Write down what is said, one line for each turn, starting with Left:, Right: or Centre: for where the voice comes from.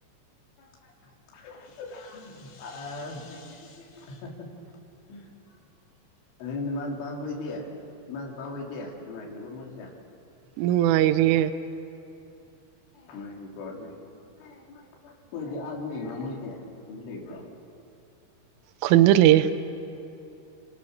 Left: ꯑ <unintelligible> ꯑꯗꯨꯅꯃ ꯅꯨꯄꯥ ꯍꯣꯏꯗꯦ ꯏꯃꯥ ꯅꯨꯄꯥ ꯍꯣꯏꯗꯦ ꯅꯨꯡꯉꯥꯏꯔꯤꯕꯔꯤꯕ ꯃꯣꯏꯁꯦ
Right: ꯅꯨꯡꯉꯥꯏꯔꯤ
Left: ꯍꯗꯤ ꯀ ꯑꯗꯨ ꯑꯣꯏꯗꯤ ꯑꯥꯗꯤ ꯂꯩꯕ꯭ꯔꯥ ꯃꯣꯏꯗꯤ ꯑꯗꯨ ꯂꯩꯕ꯭ꯔꯣ
Right: ꯈꯨꯟꯗ ꯂꯩꯌꯦ